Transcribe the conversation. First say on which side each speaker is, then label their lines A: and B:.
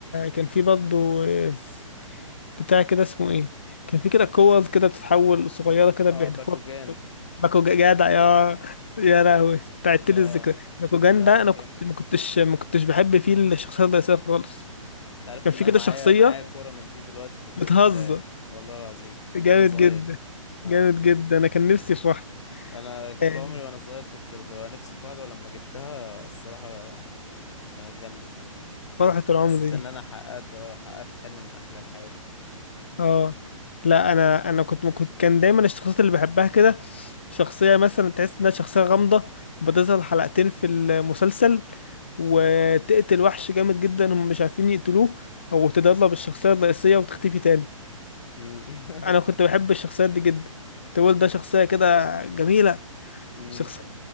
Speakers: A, on the left; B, on the left.
A: كان في برضه آه، بتاع كده اسمه ايه كان في كده كور كده بتتحول صغيره كده
B: اه
A: بيحدفوها
B: باكوجان
A: باكوجان جدع يا يا لهوي بتاعت
B: اه
A: لي الذكرى باكوجان
B: لا
A: ده
B: لا
A: انا
B: جامد
A: كنت ما
B: ده انت
A: كنتش ما كنتش بحب فيه الشخصيه الرئيسيه خالص
B: عارف
A: كان
B: ان
A: في
B: انا
A: كده
B: معايا
A: شخصيه
B: معايا كورة من دي دلوقتي في الدرج
A: بتهزر
B: بتاعي والله العظيم من
A: جامد
B: وانا صغير
A: جدا
B: اه
A: جامد جدا انا كان نفسي في واحده
B: انا طول
A: آه،
B: عمري وانا صغير كنت ببقى نفسي في واحدة ولما جبتها الصراحة كانت جامدة
A: فرحه العمر
B: حسيت
A: دي
B: ان انا حققت اه حققت حلم من احلام حياتي
A: اه لا انا انا كنت كنت كان دايما الشخصيات اللي بحبها كده شخصية مثلا تحس انها شخصية غامضة بتظهر حلقتين في المسلسل وتقتل وحش جامد جدا هم مش عارفين يقتلوه او تدرب الشخصية الرئيسية وتختفي تاني
B: امم
A: انا كنت
B: <laughs>
A: بحب الشخصيات دي جدا كنت بقول ده شخصية كده جميلة
B: امم
A: شخصية